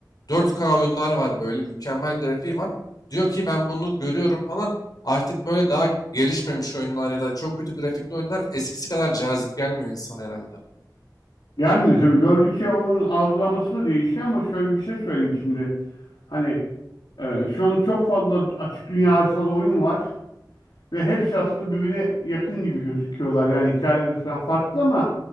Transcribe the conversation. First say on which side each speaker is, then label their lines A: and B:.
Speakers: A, on the left (about 60°); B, on the left (about 85°).
A: dört k oyunlar var böyle mükemmel grafiği var. Diyor ki ben bunu görüyorum falan. Artık böyle daha gelişmemiş oyunlar ya da çok kötü grafikli oyunlar eskisi kadar cazip gelmiyor insana herhalde.
B: Gelmiyor tabii. Gördükçe onun algılaması da değişiyor ama şöyle bir şey söyleyeyim şimdi. Hani e, şu an çok fazla açık dünya haritalı oyun var ve hepsi aslında birbirine yakın gibi gözüküyorlar. Yani hikayeleri falan farklı ama